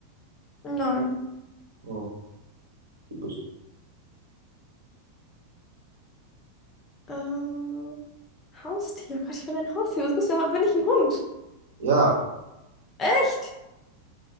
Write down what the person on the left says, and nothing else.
Nein.
Ähm, Haustier. Gott, ich bin ein Haustier. Was gibt's da? Bin ich ein Hund?
Echt?